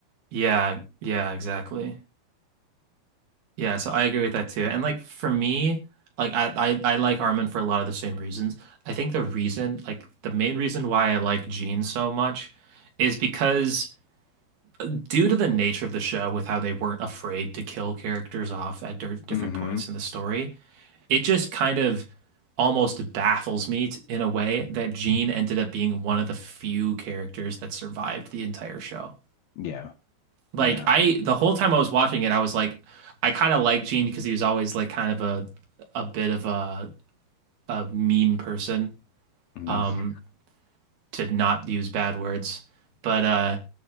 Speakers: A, on the right; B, on the left.
A: Yeah. Yeah, exactly. Yeah, so I agree with that too. And like for me, like I, I I like Armin for a lot of the same reasons. I think the reason, like the main reason why I like Gene so much is because due to the nature of the show with how they weren't afraid to kill characters off at dir- different
B: hmm
A: points in the story, it just kind of almost baffles me t- in a way that Gene ended up being one of the few characters that survived the entire show.
B: Yeah,
A: Like
B: yeah,
A: I, the whole time I was watching it, I was like, I kind of liked Gene because he was always like kind of a, a bit of a, a mean person,
B: hmm
A: um, to not use bad words. But uh,